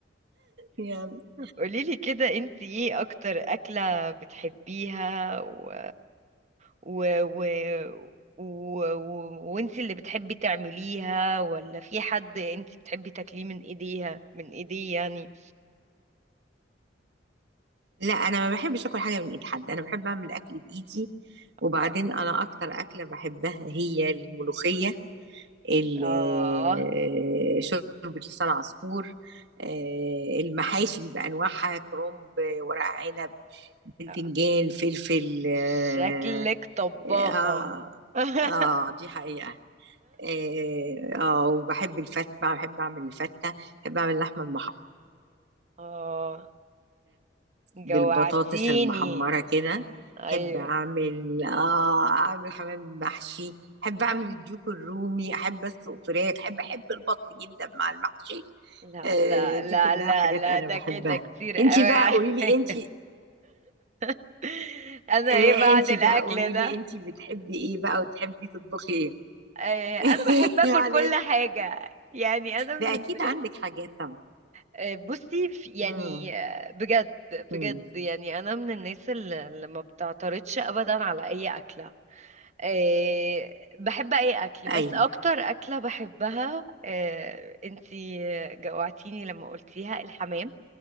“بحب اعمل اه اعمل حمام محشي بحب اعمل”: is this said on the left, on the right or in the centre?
Right